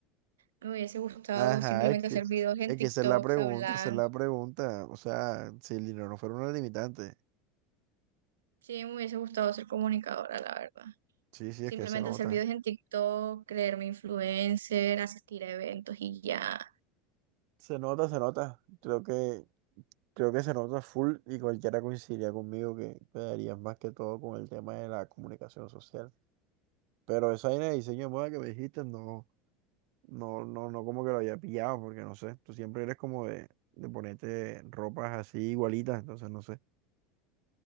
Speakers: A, on the right; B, on the right.
A: me hubiese gustado
B: Ajá,
A: simplemente
B: es que,
A: hacer videos en
B: es
A: TikToks
B: que esa es la pregunta,
A: hablando.
B: esa es la pregunta. O sea, si el dinero no fuera una limitante.
A: Sí, me hubiese gustado ser comunicadora, la verdad.
B: Sí, sí,
A: Simplemente
B: es que se nota.
A: hacer videos en TikTok, creerme influencer, asistir a eventos y ya.
B: Se nota, se nota. Creo que, creo que se nota full y cualquiera coincidiría conmigo que quedarías más que todo con el tema de la comunicación social. Pero esa idea de diseño de moda que me dijiste, no, no, no, no como que lo había pillado, porque no sé, tú siempre eres como de, de ponerte ropas así igualitas, entonces no sé.